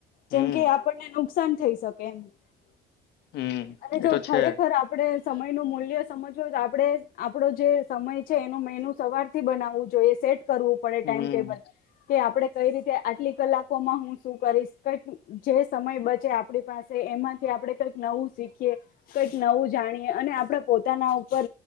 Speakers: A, on the left; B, on the left.
A: જેમ
B: હમ
A: કે આપણને નુકસાન થઈ શકે અને
B: હમ એ
A: જો
B: તો છે
A: ખરેખર આપ ડે સમય નું મૂલ્ય સમજવો આપણેે આપણો જે સમય છે એનો મેનો સવાર થી બનાવું જોઈએ સેટ કરવું પડે
B: હમ
A: ટાઈમ ટેબલ કે આપડે કઈ રીતે આટલી કલાકોમાં હું શું કરીશ કઈક જે સમય બચે આપણી પાસે એમાંથી આપણે કઈક નવું શીખીએ કઈક નવું જાણીએ અને આપણેે પોતાના ઉપર